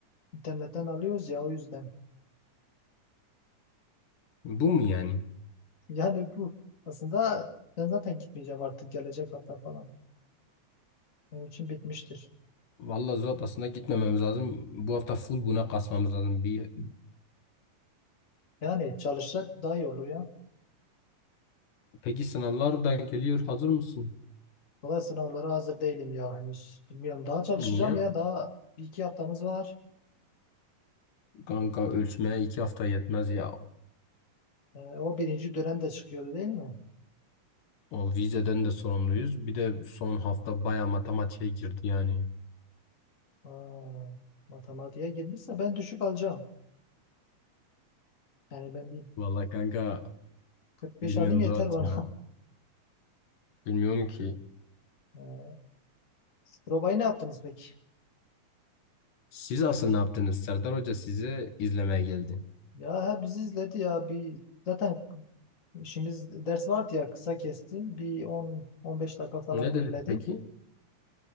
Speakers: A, on the left; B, on the left.
A: internetten alıyoruz ya o yüzden. <laughs>
B: Bu mu yani?
A: Yani bu aslında ben zaten gitmeyeceğim artık gelecek hafta falan. Benim için bitmiştir.
B: Vallahi zor aslında gitmememiz lazım. Bu hafta full buna kasmamız lazım. Bir...
A: Yani çalışsak daha iyi olur ya.
B: Peki sınavlar da geliyor. Hazır mısın?
A: Valla sınavlara hazır değilim ya henüz. Bilmiyorum daha çalışacağım
B: Niye?
A: ya daha bir iki haftamız var.
B: Kanka ölçmeye iki hafta yetmez ya.
A: Ee, o birinci dönem de çıkıyordu değil mi?
B: O vizeden de sorumluyuz. Bir de son hafta baya matematiğe girdi yani.
A: Aa, matematiğe girmişse ben düşük alacağım. Yani ben bir
B: Vallahi kanka
A: 45
B: bilmiyorum
A: alayım yeter
B: Zuhat
A: bana.
B: ya.
A: <laughs>
B: Bilmiyorum ki.
A: Ee, Probayı ne yaptınız peki?
B: Siz asıl ne yaptınız? Serdar Hoca sizi izlemeye geldi.
A: Ya he, bizi izledi ya bir zaten işimiz ders vardı ya kısa kesti. Bir 10-15 dakika falan
B: Ne dedi
A: dinledi.
B: peki?